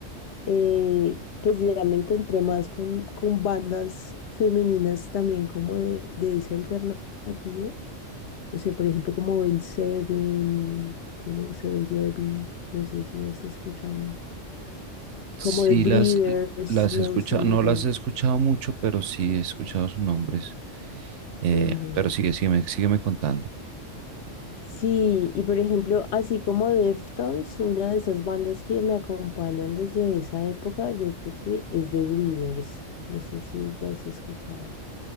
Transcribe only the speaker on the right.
Sí,
las, las
he escuchado,
no las he escuchado mucho, pero sí he escuchado sus nombres. Eh,
pero sigue, sígueme, sígueme contando.